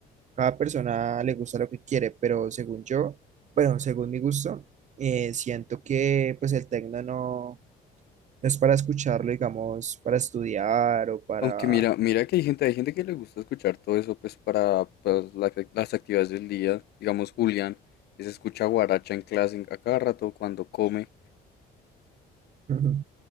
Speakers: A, on the right; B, on the left.
A: cada persona le gusta lo que quiere, pero según yo, bueno, según mi gusto, eh, siento que pues el tecno no, no es para escucharlo, digamos, para estudiar o para...
B: Aunque mira, mira que hay gente, hay gente que le gusta escuchar todo eso, pues para, pues, la- las actividades del día. Digamos, Julián, que se escucha guaracha en clase en- a cada rato cuando come.
A: Ujú.